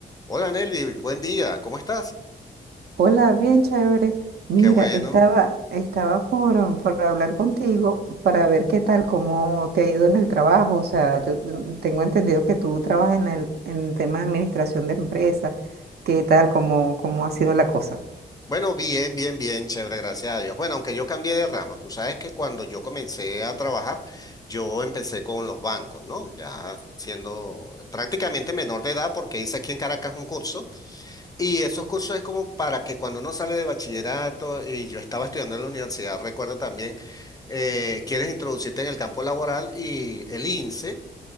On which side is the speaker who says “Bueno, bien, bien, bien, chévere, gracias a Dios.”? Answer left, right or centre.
Left